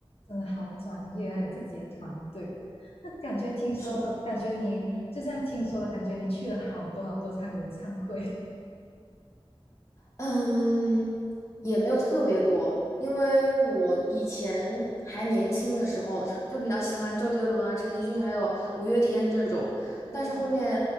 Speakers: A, on the left; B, on the left.
A: 真的好专业，还有自己的团队。那感觉听说，
B: 是。
A: 感觉你就这样听说了，感觉你去了好多好多场演唱会。
B: 嗯，也没有特别多，因为我以前还年轻的时候 <laughs> 就比较喜欢周杰伦啊、陈奕迅还有五月天这种，
A: <laughs> 对，
B: 但是后面